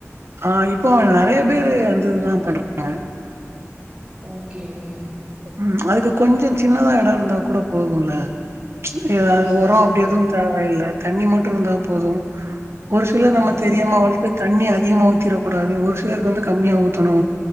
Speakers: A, on the right (about 55°); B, on the right (about 20°).
A: ஆ இப்போ நறையா பேரு அந்த இதுதா பண்றாங்க
B: ஓகே ஓகே
A: ம் அதுக்கு கொஞ்சொ சின்னதா எடோ இருந்தா கூட போதுமுல்ல எதாது
B: ஓ சரி
A: ஒரொ அப்டி
B: ஓகே
A: எதுவு
B: ஓகே
A: தேவயில்ல தண்ணி மட்டு இர்ந்தா போதும் ஒரு சிலர்
B: அதா
A: நம்ம தெரியாம
B: அதா
A: வளத்து தண்ணி அதிகமா ஊத்திறக் கூடாது ஒரு சிலருக்கு வந்து கம்மியா ஊத்தணு